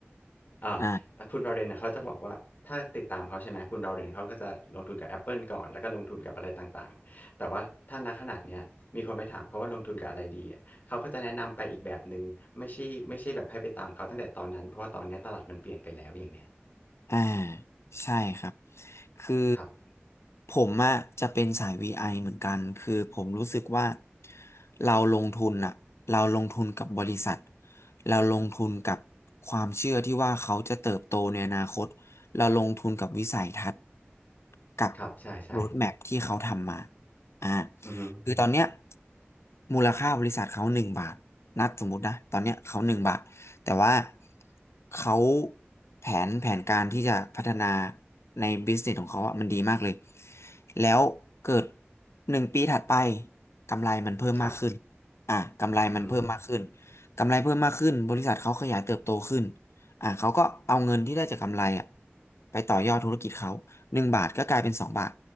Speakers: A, on the left; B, on the left.
A: อ่าแต่คุณราเรนเนี่ยเขาจะบอกว่าถ้าติดตามเขาใช่ไหมคุณราเรนเขาก็จะลงทุนกับ
B: อ่ะ
A: Apple ก่อนแล้วก็ลงทุนกับอะไรต่างๆแต่ว่าถ้าณขนาดเนี้ยมีคนไปถามเขาว่าลงทุนกับอะไรดีอะเขาก็จะแนะนำไปอีกแบบหนึ่งไม่ใช่ไม่ใช่แบบให้ไปตามเขาตั้งแต่ตอนนั้นเพราะว่าตอนเนี้ยตลาดมันเปลี่ยนไปแล้วอย่างเนี้ย
B: อ่าใช่ครับคือ
A: ครับ
B: ผมอะจะเป็นสายวีไอเหมือนกันคือผมรู้สึกว่าเราลงทุนอะเราลงทุนกับบริษัทเราลงทุนกับความเชื่อที่ว่าเขาจะเติบโตในอนาคตเราลงทุนกับวิสัยทัศน์กับ
A: ครับใช่ใช่
B: โรดแมพที่เขาทำมาอ่า
A: อือฮึ
B: คือตอนเนี้ยมูลค่าบริษัทเขาหนึ่งบาทนัดสมมตินะตอนเนี้ยเขาหนึ่งบาท แต่ว่าเขาแผนแผนการที่จะพัฒนาในบิสเนสของเขาอะมันดีมากเลยแล้วเกิดหนึ่งปีถัดไปกำไรมันเพิ่มมากขึ้น
A: ครับ
B: อ่ะกำไรมันเพิ่มมากขึ้น
A: อือฮึ
B: กำไรเพิ่มมากขึ้นบริษัทเขาขยายเติบโตขึ้นอ่ะเขาก็เอาเงินที่ได้จากกำไรอ่ะไปต่อยอดธุรกิจเขาหนึ่งบาทก็กลายเป็นสองบาท